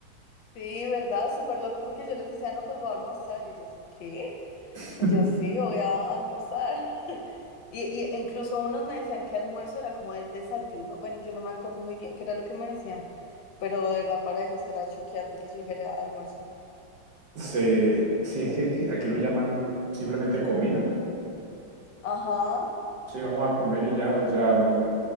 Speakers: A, on the left (about 70°); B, on the right (about 55°).
A: Sí, ¿verdad? Súper loco porque yo les decía, no, pues voy a almorzar y ellos, ¿qué?
B: <laughs>
A: Y yo sí, voy a almorzar. <laughs> Y, y incluso unos me decían que almuerzo era como el desayuno. Bueno, yo no me acuerdo muy bien qué era lo que me decían, pero de verdad para ellos era choqueante que yo dijera almuerzo.
B: Sí, sí, es que aquí, aquí lo llaman simplemente comida.
A: Ajá,
B: Sí, vamos a comer y ya, o sea, no,